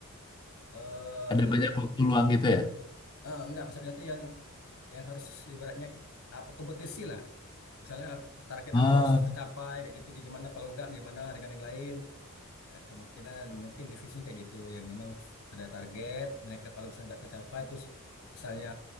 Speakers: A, on the left (about 75°); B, on the left (about 20°).
A: eh
B: Ada
A: untuk
B: banyak waktu luang gitu ya.
A: eh, enggak maksudnya itu yang yang harus ibaratnya apa kompetisi lah misalnya target
B: Oh.
A: aku harus tercapai kayak gitu gimana kalau enggak gimana dengan yang lain Nah, kemungkinan mungkin divisi kayak gitu yang memang ada target mereka kalau misalnya nggak tercapai terus misalnya